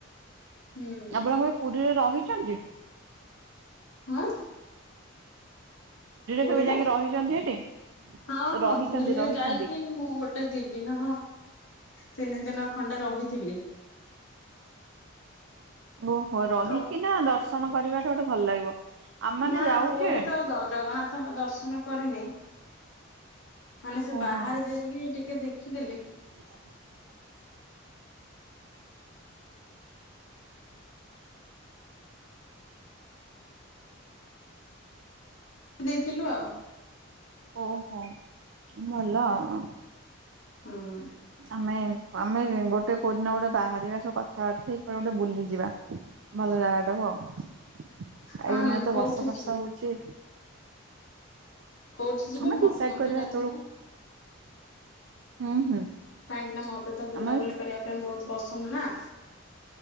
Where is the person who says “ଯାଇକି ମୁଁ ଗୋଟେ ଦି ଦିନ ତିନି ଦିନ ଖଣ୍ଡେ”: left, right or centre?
Left